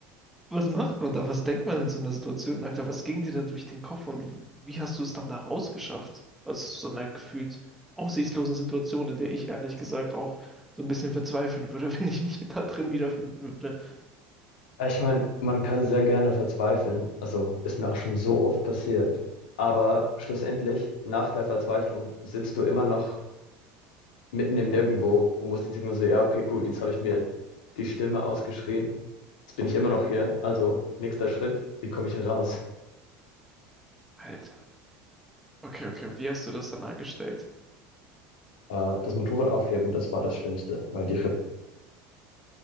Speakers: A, in the centre; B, on the left (about 80°).
A: was macht man da? Was denkt man in so einer Situation, Alter? Was ging dir da durch den Kopf und wie hast du es dann da rausgeschafft? Also, Aus so einer gefühlt aussichtslosen Situation, in der ich ehrlich gesagt auch so ein bisschen verzweifeln würde, <laughs> wenn ich mich da drin wiederfinden würde.
B: Äh, Ich meine, man kann sehr gerne verzweifeln. Also ist mir auch schon so oft passiert. Aber schlussendlich, nach der Verzweiflung, sitzt du immer noch mitten im Nirgendwo und musst jetzt irgendwo so, ja, okay, gut, jetzt habe ich mir die Stimme ausgeschrien. Jetzt bin ich immer noch hier. Also nächster Schritt, wie komme ich hier raus?
A: Alter. Okay, okay. Wie hast du das dann angestellt?
B: Äh, Das Motorrad aufheben, das war das Schlimmste, weil die Rippen